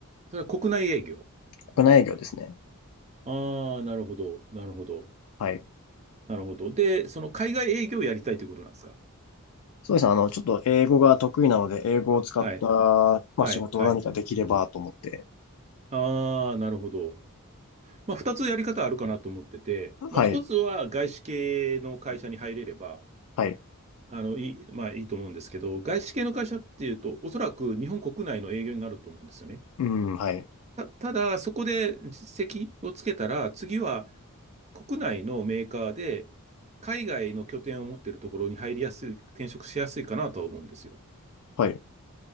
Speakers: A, on the right (about 30°); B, on the left (about 70°).
A: それは国内営業。
B: 国内営業ですね。
A: ああ、なるほど。なるほど。
B: はい。
A: なるほど。で、その海外営業をやりたいということなんですか
B: そうですね。あの、ちょっと英語が得意なので、英語を使った、
A: はい。
B: まあ、
A: はい。
B: 仕事を何かできればと思って。
A: はい。ああ、なるほど。まあ、二つやり方あるかなと思ってて、
B: はい。
A: まあ、一つは外資系の会社に入れれば、
B: はい。
A: あの、いい、まあ、いいと思うんですけど、外資系の会社っていうと、おそらく日本国内の営業になると思うんですよね。
B: うん、はい。
A: た、ただ、そこで実績をつけたら、次は国内のメーカーで、海外の拠点を持っているところに入りやすい、転職しやすいかなとは思うんですよ。
B: はい。